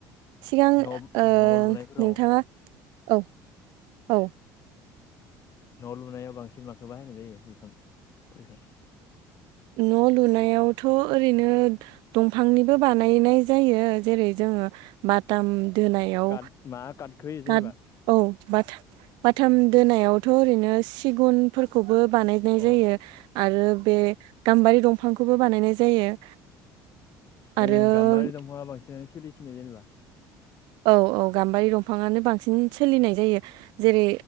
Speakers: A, on the right; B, on the left.
A: सिगां
B: न'
A: ओ
B: न' लुनायफोराव
A: नोंथाङा औ औ
B: न' लुनायाव बांसिन माखौ बाहायनाय जायो बिफां फोरखो?
A: न' लुनायावथ' ओरैनो दंफांनिबो बानायनाय जायो जेरै जों ङो बाथाम दोनायाव
B: काट मा काटखौ होयो जेनेबा
A: खाद औ बाथाम बाथाम दोनायावथ' ओरैनो सिगुनफोरखौबो बानायनाय
B: अ
A: जायो। आरो बे गाम्बारि दंफांखौबो बानायनाय जायो।
B: उम
A: आरो
B: गाम्बारि दंफाङा बांसिनानो सोलिसिनो जेनेबा।
A: औ औ गाम्बारि दंफाङानो बांसिन सोलिनाय जायो। जेरै